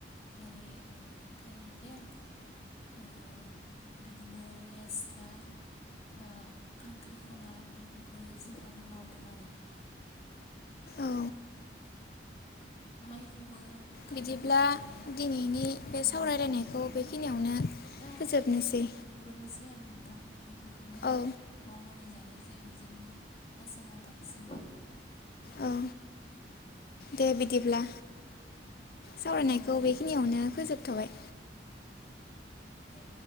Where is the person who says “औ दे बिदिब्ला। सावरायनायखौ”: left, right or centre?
Left